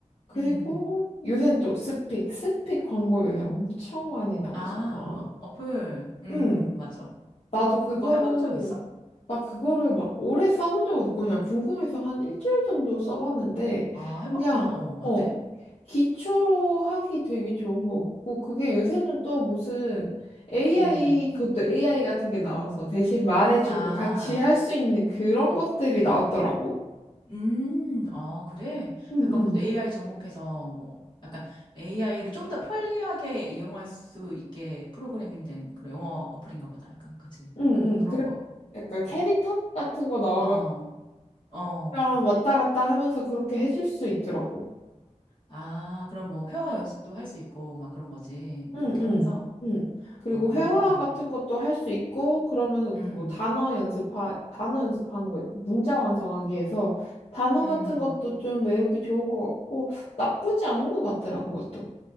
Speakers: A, on the left; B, on the left.
A: 그리고
B: 음.
A: 요새는 또 스픽, 스픽 광고 요새 엄청 많이 나오잖아.
B: 아, 어플. 음,
A: 응.
B: 맞아.
A: 나도 그거를
B: 그거 해본 적 있어?
A: 나 그거를 막 오래 써본 적은 없고 그냥 궁금해서 한 일주일 정도 써봤는데
B: 아, 해봤구나.
A: 그냥
B: 어, 어때?
A: 어 기초로 하기 되게 좋은 거 같고 그게 요새는 또 무슨 AI
B: 음.
A: 그것도 AI 같은 게 나와서 대신 말해주고
B: 아,
A: 같이 할 수 있는 그런 것들이 나왔더라고.
B: 음, 아, 그래?
A: 응응
B: 약간 그것도 AI 접목해서 뭐, 약간 AI를 좀 더 편리하게 이용할 수 있게 프로그래밍 된 그런 영어 어플인가 보다. 약간, 그치?
A: 응응
B: 그런
A: 그
B: 거.
A: 약간 캐릭터 같은 거 나와가지고
B: 어, 어.
A: 그냥 왔다 갔다 하면서 그렇게 해줄 수 있더라고.
B: 아, 그럼 뭐, 회화 연습도 할 수 있고, 막 그런 거지.
A: 응,
B: 그렇게
A: 응,
B: 하면서.
A: 응. 그리고
B: 어,
A: 회화 같은 것도 할 수 있고, 그러면서
B: 음,
A: 뭐 단어 연습하, 단어 연습하는 거, 있고 문장 완성하기 위해서 단어
B: 음.
A: 같은 것도 좀 외우기 좋은 것 같고, 나쁘지 않은 것 같더라, 그것도.